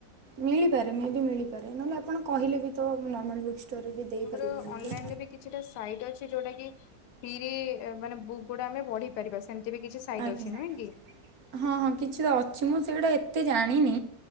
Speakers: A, on the right; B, on the left.
A: ମିଳିପାରେ ମେ ବି ମିଳିପାରେ, ନହେଲେ ଆପଣ କହିଲେ ବି ତ ନର୍ମାଲ ବୁକ୍ ଷ୍ଟୋର୍ ରେ ବି ଦେଇପାରିବେ
B: ଆମର
A: ଆଣିକି।
B: ଅନଲାଇନରେ ବି କିଛିଟା ସାଇଟ୍ ଅଛି ଯୋଉଟା କି ପିରେ ଏ ମାନେ ଵୁକ୍ ଗୁଡା ଆମେ ପଢି ପାରିବା। ସେମିତି ବି କିଛି ସାଇଟ୍
A: ଆଜ୍ଞା
B: ଅଛି ନୁହେଁ କି?
A: ହଁ ହଁ କିଛି ଟା ଅଛି ମୁଁ ସେଇଟା ଏତେ ଜାଣିନି